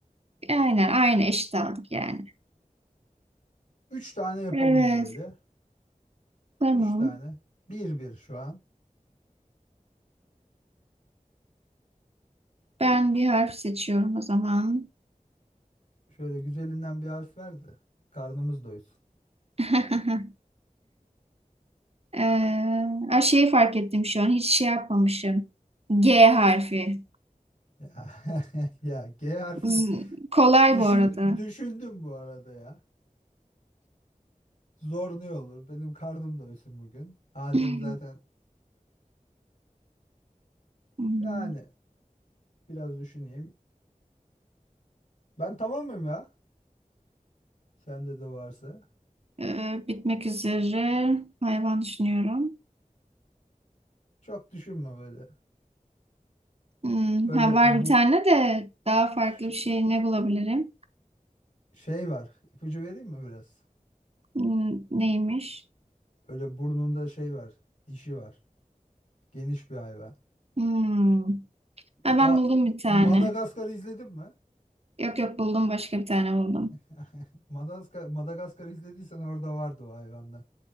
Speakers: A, on the right; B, on the left.
A: Aynen. Aynı eşit aldık yani.
B: Üç tane yapalım
A: Evet.
B: böyle.
A: Tamam.
B: Üç tane. Bir bir şu an.
A: Ben bir harf seçiyorum o zaman.
B: Şöyle güzelinden bir harf ver de. Karnımız doysun.
A: <laughs> Ee, ay şeyi fark ettim şu an. Hiç şey yapmamışım. G harfi.
B: Ya, <laughs> ya G harfi
A: Z- kolay
B: düşün,
A: bu arada.
B: düşündüm bu arada ya. Zor ne olur? Benim karnım doysun bugün. Adem
A: <laughs>
B: zaten
A: Hmm.
B: Yani biraz düşüneyim. Ben tamamım ya. Sende de varsa.
A: Ee, bitmek üzere. Hayvan düşünüyorum.
B: Çok düşünme böyle.
A: Hmm,
B: Böyle
A: ha, var
B: bu
A: bir tane de daha farklı
B: ş-
A: bir şey ne bulabilirim?
B: şey var. İpucu vereyim mi biraz?
A: Hmm, neymiş?
B: Böyle burnunda şey var. Dişi var. Geniş bir hayvan.
A: Hmm. Ha, ben
B: A
A: buldum bir tane.
B: Madagaskar'ı izledin mi?
A: Yok yok buldum başka bir tane buldum.
B: <laughs> Madagaskar, Madagaskar'ı izlediysen orada vardı o hayvandan.